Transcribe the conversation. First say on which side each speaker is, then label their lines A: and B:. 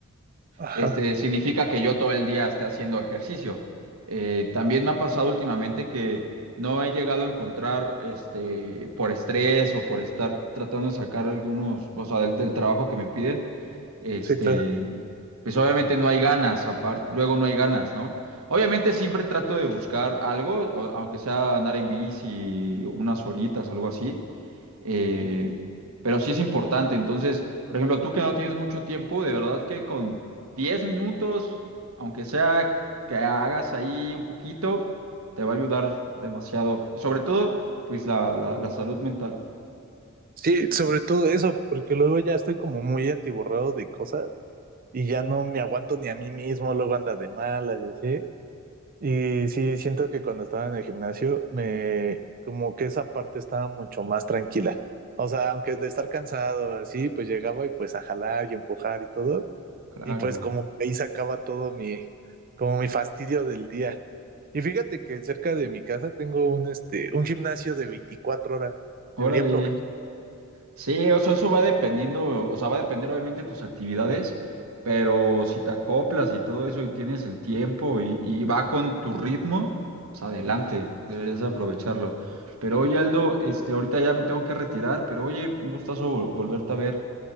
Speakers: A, on the right; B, on the right.
A: ajá,
B: este, significa que yo todo el día esté haciendo ejercicio. Eh, también me ha pasado últimamente que no he llegado a encontrar, este, por estrés o por estar tratando de sacar algunos, o sea, del, del trabajo que me piden, este,
A: sí, claro.
B: pues obviamente no hay ganas, aparte, luego no hay ganas, ¿no? Obviamente siempre trato de buscar algo, o- aunque sea andar en bici unas horitas o algo así, eh, pero sí es importante. Entonces, por ejemplo, tú que no tienes mucho tiempo, de verdad que con 10 minutos, aunque sea que hagas ahí un poquito, te va a ayudar demasiado. Y sobre todo, pues la, la la salud mental.
A: Sí, sobre todo eso, porque luego ya estoy como muy atiborrado de cosas y ya no me aguanto ni a mí mismo, luego anda de malas y así. Y sí, siento que cuando estaba en el gimnasio, me como que esa parte estaba mucho más tranquila. O sea, aunque de estar cansado así, pues llegaba y pues a jalar y empujar y todo.
B: Claro.
A: Y pues como que ahí sacaba todo mi, como mi fastidio del día. Y fíjate que cerca de mi casa tengo un, este, un gimnasio de 24 horas.
B: Órale.
A: Debería aprovechar.
B: Sí, o sea, eso va dependiendo, o sea, va a depender obviamente de tus actividades, pero si te acoplas y todo eso y tienes el tiempo y, y va con tu ritmo, pues adelante, deberías aprovecharlo. Pero oye, Aldo, este, ahorita ya me tengo que retirar, pero oye, un gustazo vol- volverte a ver.